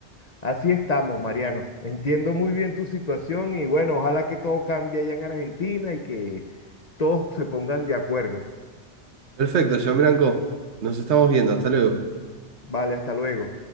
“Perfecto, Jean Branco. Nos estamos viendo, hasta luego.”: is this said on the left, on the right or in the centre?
Right